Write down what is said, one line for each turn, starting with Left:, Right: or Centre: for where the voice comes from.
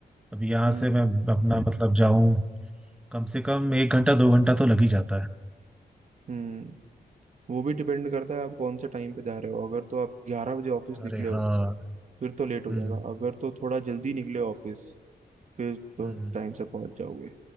Centre: अभी यहाँ
Right: हम्म
Centre: से मैं अपना मतलब जाऊं कम से कम एक घंटा दो घंटा तो लग ही जाता है
Right: हम्म वो भी डिपेंड करता है आप कौन से टाइम पे जा रहे हो अगर तो आप ग्यारह बजे ऑफिस निकले
Centre: अरे
Right: हो
Centre: हाँ
Right: फिर तो लेट हो
Centre: हम्म
Right: जाएगा अगर तो थोड़ा जल्दी निकले ऑफिस फिर तो
Centre: हम्म
Right: टाइम से पहुंच जाओगे